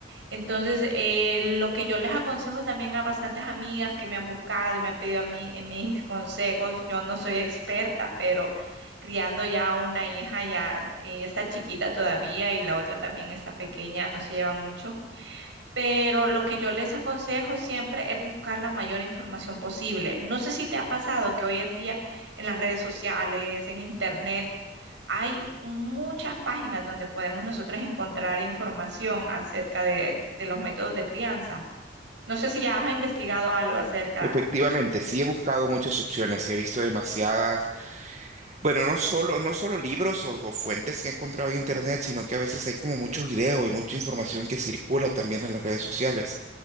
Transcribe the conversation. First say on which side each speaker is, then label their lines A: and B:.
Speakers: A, on the right; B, on the right.
A: Entonces, eh, lo que yo les aconsejo también a bastantes amigas que me han buscado y me han pedido a mí, eh, mis <laughs> consejos, yo no soy experta, pero criando ya una hija, ya eh, está chiquita todavía y la otra también está pequeña, no se llevan mucho. Pero lo que yo les aconsejo siempre es buscar la mayor información posible. No sé si te ha pasado que hoy en día en las redes sociales, en internet, hay muchas páginas donde podemos nosotras encontrar información acerca de, de los métodos de crianza. No sé si ya has investigado algo acerca.
B: Efectivamente, sí he buscado muchas opciones y he visto demasiadas, bueno, no solo, no solo libros o, o fuentes que he encontrado en internet, sino que a veces hay como mucho video y mucha información que circula también en las redes sociales,